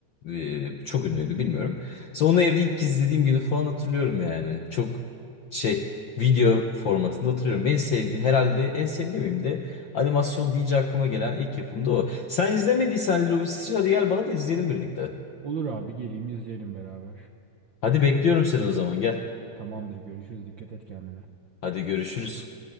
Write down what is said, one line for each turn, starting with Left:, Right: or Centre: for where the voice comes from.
Left: e, çok ünlüydü bilmiyorum. Sonra evde ilk kez izlediğim günü falan hatırlıyorum yani. Çok şey video formatında hatırlıyorum. En sevdiğim herhalde en sevdiğim de animasyon deyince aklıma gelen ilk yapım da o. Sen izlemediysen Lilo ve Stitch hadi gel bana da izleyelim birlikte.
Right: Olur abi geleyim izleyelim beraber.
Left: Hadi bekliyorum seni o zaman gel.
Right: Tamamdır görüşürüz. Dikkat et kendine.
Left: Hadi görüşürüz.